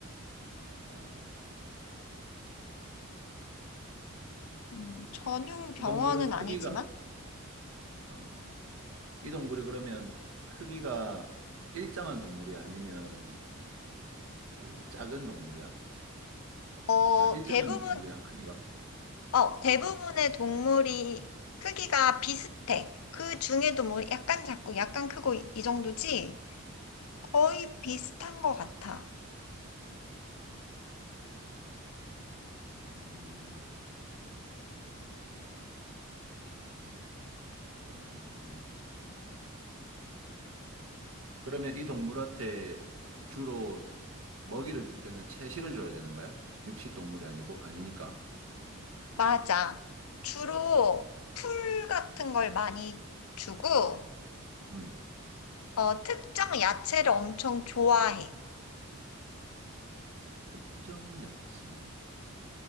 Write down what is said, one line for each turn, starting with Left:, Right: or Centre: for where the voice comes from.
Right: 어,
Left: 음, 전용 병원은
Right: 이 동물은 크기가,
Left: 아니지만
Right: 어, 이 동물이 그러면 크기가 일정한 동물이야? 아니면 그 작은 동물이야?
Left: 어,
Right: 아, 일정한
Left: 대부분
Right: 동물이야, 크기가.
Left: 어, 대부분의 동물이 크기가 비슷해. 그 중에도 뭐 약간 작고 약간 크고 이, 이 정도지? 거의 비슷한 것 같아.
Right: 음, 그러면 채식. 그러면 이 동물한테 주로 먹이를 줄 때는 채식을 줘야 되는 거야? 육식 동물이 아니고 아니니까.
Left: 맞아. 주로 풀 같은 걸 많이 주고,
Right: 음,
Left: 어, 특정 야채를 엄청 좋아해.
Right: 특정 야채.